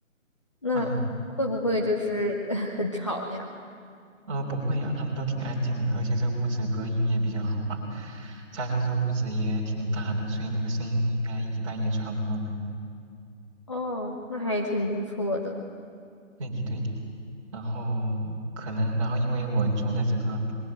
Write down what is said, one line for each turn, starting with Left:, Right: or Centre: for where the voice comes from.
Left: 那会不会就是
Right: 嗯
Left: <laughs> 很吵呀？
Right: 呃，不会呀、他们都挺安静的，而且这屋子隔音也比较好吧，加上这屋子也挺大的，所以那个声音应该一般也传不过来。
Left: 哦，那还挺不错的。
Right: 对的对的。然后可能，然后因为我租的这个